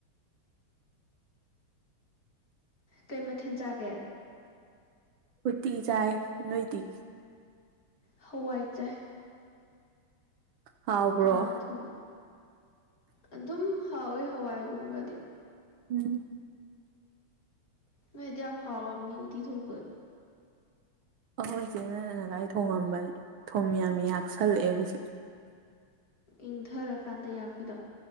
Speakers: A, on the left; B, on the right.
A: ꯀꯩ ꯃꯊꯦꯜ ꯆꯥꯒꯦ
B: ꯎꯇꯤ ꯆꯥꯏ ꯅꯣꯏꯗꯤ
A: ꯍꯋꯥꯏ ꯆꯥꯏ
B: ꯍꯥꯎꯕ꯭ꯔꯣ
A: ꯀꯅꯥ ꯊꯣꯡꯉꯤ ꯑꯗꯨꯝ ꯍꯥꯎꯋꯤ ꯍꯋꯥꯏꯒꯨꯝꯕꯗꯤ
B: ꯎꯝ
A: ꯅꯣꯏꯗꯤ ꯌꯥꯝ ꯍꯥꯎꯔꯝꯅꯤ ꯎꯇꯤ ꯊꯣꯡꯕ
B: ꯑꯍꯣꯏ ꯏꯆꯦꯅꯥ ꯉꯥꯁꯥꯏ ꯊꯣꯡꯉꯝꯕꯅꯦ ꯊꯨꯝ ꯌꯥꯝ ꯌꯥꯛꯁꯜꯂꯛꯑꯦ ꯍꯧꯖꯤꯛ
A: ꯏꯪꯊꯔꯀꯥꯟꯗ ꯌꯥꯛꯄꯤꯗꯣ